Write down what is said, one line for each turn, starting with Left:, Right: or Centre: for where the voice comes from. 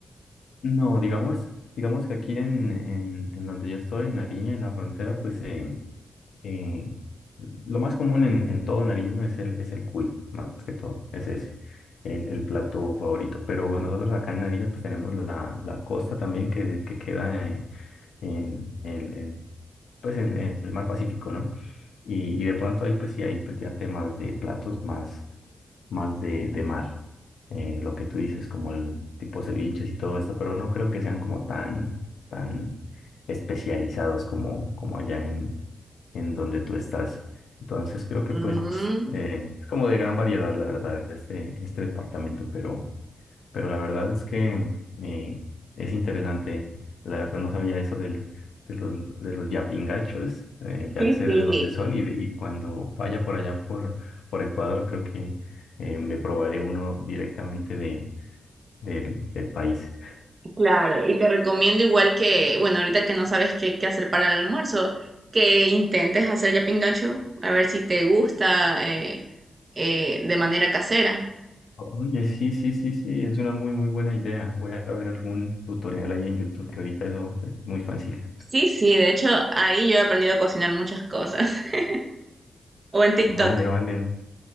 Left: no, digamos, digamos que aquí en, en, en donde yo estoy, en Nariño, en la frontera, pues... Eh, eh, lo más común en, en todo Nariño es el, es el cuy, más que todo. ese Es el, el plato favorito. Pero nosotros acá en Nariño pues tenemos la, la costa también que, que queda en, en el, el- pues en- en el mar Pacífico, ¿no? Y, y de pronto ahí pues sí hay pues ya temas de platos más, más de, de mar. eh, lo que tú dices, como el tipo ceviches y todo esto, pero no creo que sean como tan, tan especializados como, como allá en donde tú estás. Entonces creo que
Right: Mm,
Left: pues eh, es como de gran variedad, la verdad, este, este departamento, pero, pero la verdad es que eh, es interesante. La verdad no sabía eso del, de los, de los yapingachos, eh, ya
Right: sí,
Left: sé
Right: sí,
Left: de dónde son y, y cuando vaya por allá por, por Ecuador creo que eh, me probaré uno directamente de, del, del país.
Right: claro. Y te recomiendo igual que, bueno, ahorita que no sabes qué, qué hacer para el almuerzo, que intentes hacer ya pingacho, a ver si te gusta eh, eh, de manera casera.
Left: Oye, sí, sí, sí, sí, es una muy, muy buena idea. Voy a ver algún tutorial ahí en YouTube, que ahorita eso es muy fácil.
Right: Sí, sí, de hecho, ahí yo he aprendido a cocinar muchas cosas. <laughs> O en TikTok.
Left: Vale, vale.